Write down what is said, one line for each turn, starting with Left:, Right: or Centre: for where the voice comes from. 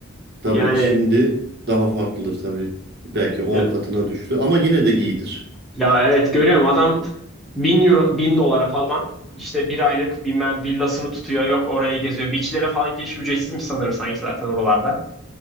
Right: Tabii
Centre: Yani
Right: şimdi daha farklıdır tabii. Belki 10
Centre: ya,
Right: katına düştü ama yine de iyidir.
Centre: ya evet görüyorum adam bin euro bin dolara falan işte bir aylık bilmem villasını tutuyor yok orayı geziyor. Beachlere falan giriş ücretsizmiş sanırım sanki zaten oralarda.